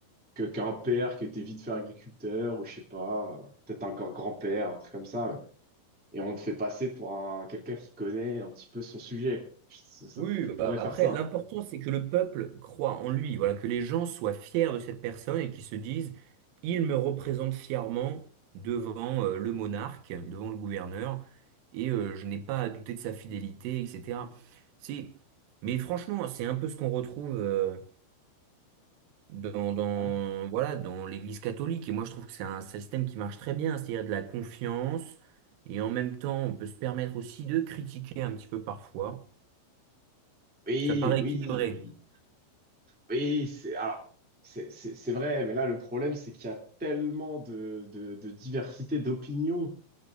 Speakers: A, in the centre; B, on the right.
A: que, qu'un père qui était vite fait agriculteur, ou je sais pas, euh, peut-être un grand- grand-père, un truc comme ça. ouais. Et on le fait passer pour un, quelqu'un qui connaît un petit peu son sujet. Je- Ça, ça-
B: Oui,
A: on
B: oui,
A: pourrait
B: bah, après,
A: faire ça.
B: l'important, c'est que le peuple croit en lui, voilà, que les gens soient fiers de cette personne et qu'ils se disent, il me représente fièrement devant euh, le monarque, devant le gouverneur, et euh, je n'ai pas à douter de sa fidélité, etc. C'est... Mais franchement, c'est un peu ce qu'on retrouve euh, dans, dans,
A: Ouais.
B: voilà, dans l'Église catholique, et moi je trouve que c'est un système qui marche très bien, c'est-à-dire de la confiance, et en même temps, on peut se permettre aussi de critiquer un petit peu parfois.
A: Oui,
B: Ça me paraît
A: oui,
B: équilibré.
A: oui. Oui, c'est alors c'est c'est- c'est vrai, mais là le problème c'est qu'il y a tellement de, de, de diversité d'opinions